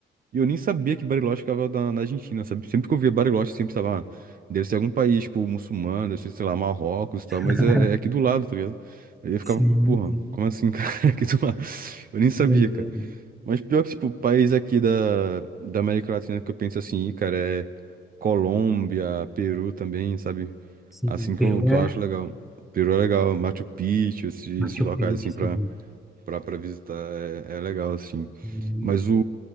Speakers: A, on the right (about 45°); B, in the centre.
A: E eu nem sabia que Bariloche ficava na, na Argentina, sabe? Sempre que eu via Bariloche, sempre estava deve ser algum país, tipo, muçulmano, deve ser, sei lá, Marrocos e tal,
B: <laughs>
A: mas é, é aqui do lado, tá ligado? Aí eu ficava,
B: sim,
A: porra,
B: sim,
A: como assim, <laughs> cara? É Aqui do lado. Eu nem sabia,
B: doideira.
A: cara. Mas pior que, tipo, país aqui da, da América Latina que eu penso assim, "Ih, cara, é Colômbia, Peru também, sabe?
B: Sim,
A: Assim que
B: Peru
A: eu, que
B: é
A: eu acho legal. Peru é legal, Machu Picchu, esses, esses
B: Machu
A: locais,
B: Picchu,
A: assim, pra,
B: sim.
A: pra, pra visitar, é, é legal, assim.
B: E-
A: Mas o,